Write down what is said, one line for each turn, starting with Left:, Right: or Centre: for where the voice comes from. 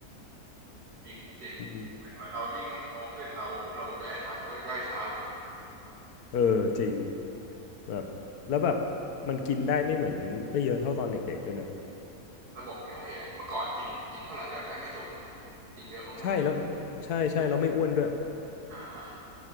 Right: จริงจริงเหมือนเหมือนเรายิ่งโตขึ้นเราระบบย่อยอาหารเราก็ย่อยช้าลงนะ
Left: อืมเออจริง แบบแล้วแบบมันกินได้ไม่เหมือนไม่เยอะเท่าตอนเด็กๆด้วยเนอะ
Right: ระบบย่อยอ่ะเมื่อก่อนกินกินเท่าไหร่ก็แทบไม่จุกนะกินเยอะมาก
Left: ใช่แล้วใช่ใช่แล้วไม่อ้วนด้วย
Right: ๆอ่า <laughs>